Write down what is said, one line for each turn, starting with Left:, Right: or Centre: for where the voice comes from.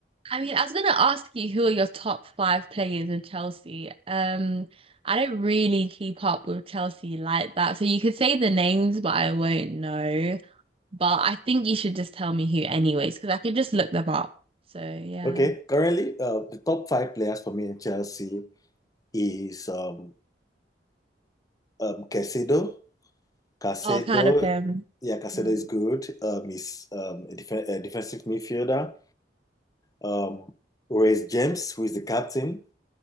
Right: I mean, I was gonna ask you who are your top five players in Chelsea. Um, I don't really keep up with Chelsea like that. So you could say the names, but I won't know. But I think you should just tell me who anyways, because I could just look them up. So yeah.
Left: Okay, currently, uh, the top five players for me in Chelsea is um, um Caicedo. Caicedo,
Right: Oh, I've heard of him.
Left: yeah, Caicedo
Right: Mm.
Left: is good. Um, he's um, a, def a defensive midfielder. Um, Reece James, who is the captain.